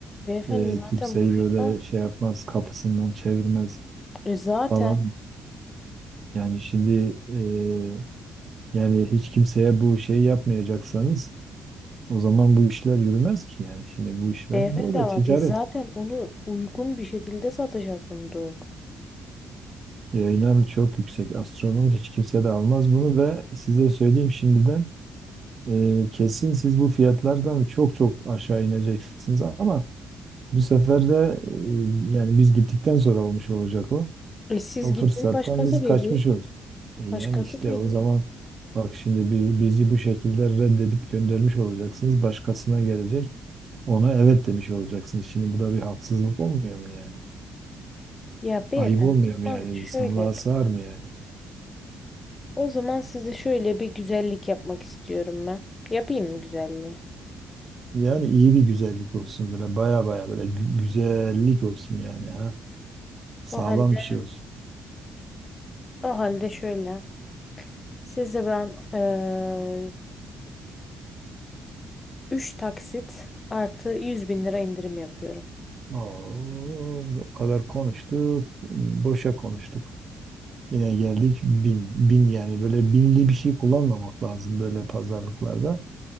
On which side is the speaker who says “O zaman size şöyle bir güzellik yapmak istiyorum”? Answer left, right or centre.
Left